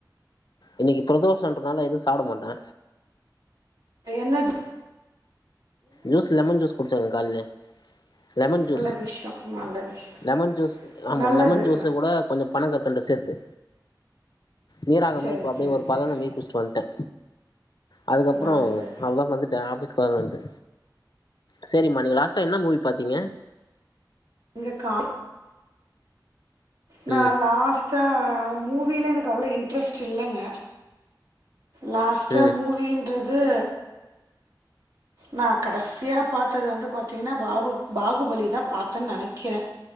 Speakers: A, on the left; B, on the right.
A: இன்னைக்கி பிரதோஷன்றதுனால எதுவு சாப்டமாட்டே
B: என்னது
A: ஜூஸ்ஸு லெமன் ஜூஸ் குடிச்சங்க கால்லே லெமன்ஜூஸ்
B: நல்ல விஷயோ நல்ல விஷயோ
A: லெமன்ஜூஸ் ஆம்மா
B: நல்லது
A: லெமன்ஜூஸ்ஸுக்கூட கொஞ்சொ பணங்கற்கண்டு சேர்த்து நீராகாம
B: சேரி
A: மேர் அப்டே
B: சேரி
A: ஒரு பதன
B: சேரி
A: மேர் குச்ட்டுவந்துட்டே அதுக்கப்றோ
B: நல்லது
A: அவ்ள்தா வந்துட்ட ஆஃபீஸ்க் வந்து சேரிம்மா நீங்க லாஸ்டா என்ன மூவி பாத்திங்க
B: இங்க கா நா
A: ம்
B: லாஸ்ட்டா மூவில்லா எனக் அவ்ள இன்ட்ரெஸ்ட் இல்லங்க லாஸ்ட்டா
A: ம்
B: மூவீன்றது நா கடஸ்யா பாத்தது வந்து பாத்தீங்ன்னா பாபு பாகுபலிதா பாத்தன் நெனைக்கிற